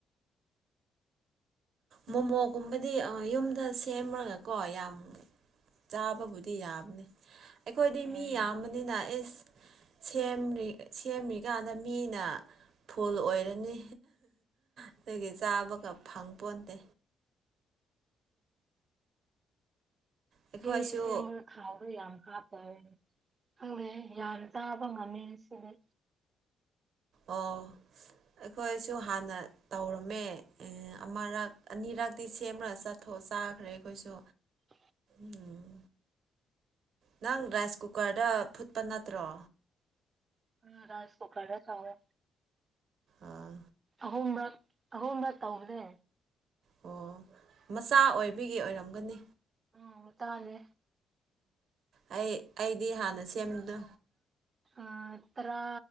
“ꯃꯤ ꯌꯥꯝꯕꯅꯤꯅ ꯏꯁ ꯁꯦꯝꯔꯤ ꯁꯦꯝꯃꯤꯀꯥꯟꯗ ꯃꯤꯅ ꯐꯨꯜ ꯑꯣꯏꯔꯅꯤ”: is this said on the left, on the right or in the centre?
Right